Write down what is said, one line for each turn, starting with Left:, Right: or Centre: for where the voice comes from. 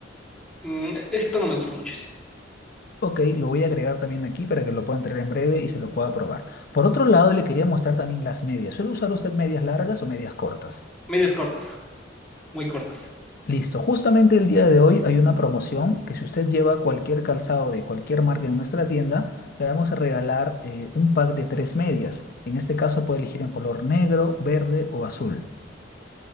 Centre: Mm, ese tono me gusta muchísimo.
Left: Ok, lo voy a agregar también aquí para que lo puedan traer en breve y se lo pueda probar. Por otro lado, le quería mostrar también las medias. ¿Suele usar usted medias largas o medias cortas?
Centre: Medias cortas, muy cortas.
Left: Listo, justamente el día de hoy hay una promoción que si usted lleva cualquier calzado de cualquier marca en nuestra tienda, le vamos a regalar eh, un pack de tres medias. En este caso puede elegir en color negro, verde o azul.